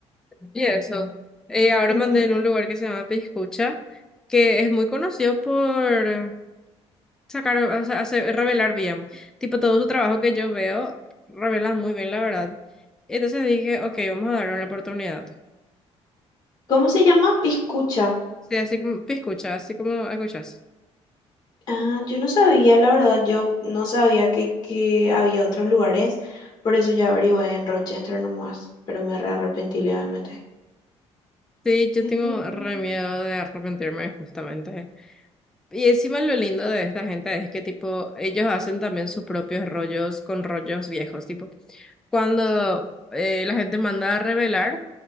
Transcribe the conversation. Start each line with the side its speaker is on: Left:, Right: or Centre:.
Centre: y eso. Eh, ahora
Left: ujú.
Centre: mandé en un lugar que se llama Piscucha, que es muy conocido por sacar, o sea, hacer- revelar bien. Tipo, todo su trabajo que yo veo, revelan muy bien, la verdad. Entonces dije, ok, vamos a darle una oportunidad.
Left: ¿Cómo se llama? Piscucha.
Centre: Sí, así como Piscucha, así como escuchas.
Left: Ah, yo no sabía, la verdad, yo no sabía que, que había otros lugares, por eso yo averigué en Rochester nomás, pero me re arrepentí legalmente.
Centre: Sí, yo
Left: Ujú,
Centre: tengo re
Left: ujú.
Centre: miedo de arrepentirme, justamente. Y encima lo lindo de esta gente es que tipo, ellos hacen también sus propios rollos con rollos viejos, tipo, cuando eh, la gente manda a revelar,